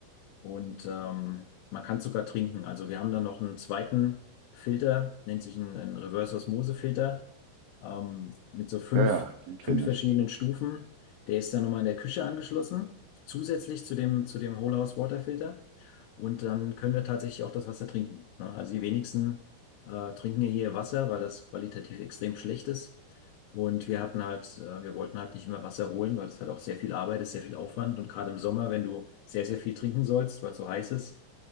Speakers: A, on the left (about 85°); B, on the right (about 75°).
A: und ähm, man kann sogar trinken. Also wir haben dann noch einen zweiten Filter, nennt sich ein, ein Reverse Osmose Filter ähm, mit so fünf,
B: Ja, ja, die kenne
A: fünf verschiedenen
B: ich.
A: Stufen. Der ist dann nochmal in der Küche angeschlossen, zusätzlich zu dem, zu dem Whole House Waterfilter. Und dann können wir tatsächlich auch das Wasser trinken. Ne? Also die wenigsten äh, trinken ja hier Wasser, weil das qualitativ extrem schlecht ist. Und wir hatten halt, äh, wir wollten halt nicht mehr Wasser holen, weil es halt auch sehr viel Arbeit ist, sehr viel Aufwand. Und gerade im Sommer, wenn du sehr, sehr viel trinken sollst, weil es so heiß ist.